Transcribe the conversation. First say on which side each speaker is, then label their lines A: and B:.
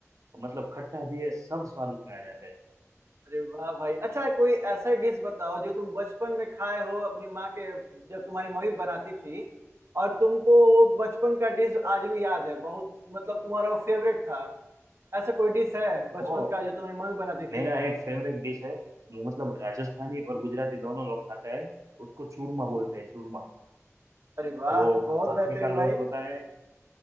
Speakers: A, on the right (about 80°); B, on the right (about 55°).
A: मतलब खट्टा भी है सब स्वाद उसमें आ जाता है
B: अरे वाह भाई अच्छा कोई ऐसा डिश बताओ जो तुम बचपन में खाए हो अपनी माँ के जब तुम्हारी मम्मी बनाती थी और तुमको वो बचपन का डिश आज भी याद है बहुत मतलब तुम्हारा वो फेवरेट था ऐसा कोई डिश है बचपन
A: वो
B: का जो तुम्हारी मम्मी बनाती थी
A: मेरा एक फेवरेट डिश है वो मतलब राजस्थानी और गुजराती दोनों लोग खाता है उसको चूरमा बोलते हैं चूरमा
B: अरे वाह
A: वो
B: बहुत
A: भाखरी
B: बेहतरीन
A: का लोट
B: भाई
A: होता है